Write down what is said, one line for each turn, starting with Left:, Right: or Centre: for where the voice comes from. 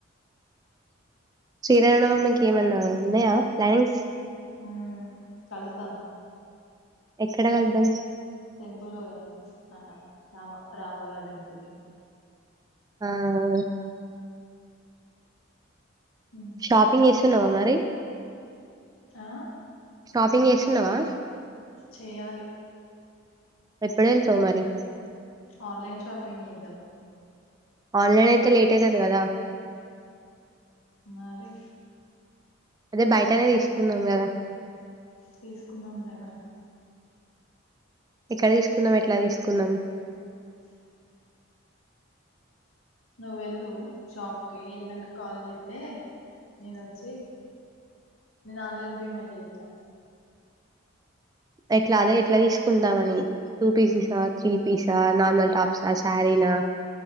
Right: శ్రీరామనవమికి ఏమన్నా ఉన్నాయా ప్లానింగ్స్
Left: హు కలుద్దాం
Right: ఎక్కడ కలుద్దాం
Left: టెంపుల్ పోదాం అడ రామ రాములవారి టెంపుల్ కి
Right: ఆహ
Left: ఉమ్.
Right: షాపింగ్ చేస్తున్నావా మరి
Left: ఆ
Right: షాపింగ్ చేస్తున్నావా
Left: చేయాలి
Right: ఎప్పుడ వెళ్తవు మరి
Left: ఆన్లైన్ షాపింగ్ చేద్దాం
Right: ఆన్లైన్ అయితే లేట్ అయితది కదా
Left: మరి
Right: అదే బయటనే తీసుకుందాం కదా
Left: తీసుకుందాంలే మరి
Right: ఎక్కడ తీసుకుందాం ఎట్లా తీసుకుందాం
Left: అ నువ్వ వెళ్ళు షాప్ కి వెళ్ళినంక కాల్ చేతే నేను వచ్చి నేను ఆన్లైన్ పేమెంట్ చేస్తా
Right: ఎట్లా అదే ఎట్లా తీసుకుందాం అని టూ పిసేసా త్రీ పీసా నార్మల్ టాప్స్ ఆ సారి ఆ